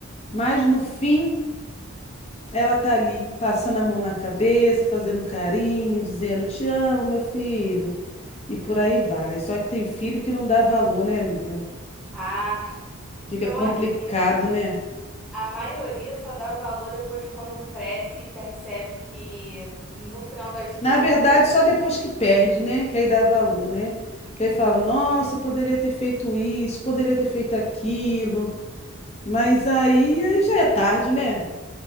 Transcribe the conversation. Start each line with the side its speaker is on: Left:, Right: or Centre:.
Left: mas no fim. Ela tá ali passando a mão na cabeça, fazendo carinho, dizendo te amo, meu filho, e por aí vai. Só que tem filho que não dá valor, né, amiga?
Centre: Ah,
Left: Fica
Centre: eu
Left: complicado,
Centre: acho que
Left: né?
Centre: a maioria só dá valor depois quando cresce e percebe que, no final das
Left: Na
Centre: contas,
Left: verdade, só depois que perde, né? Que aí dá valor, né? Que aí fala, nossa, eu poderia ter feito isso, poderia ter feito aquilo. Mas aí, aí já é tarde, né?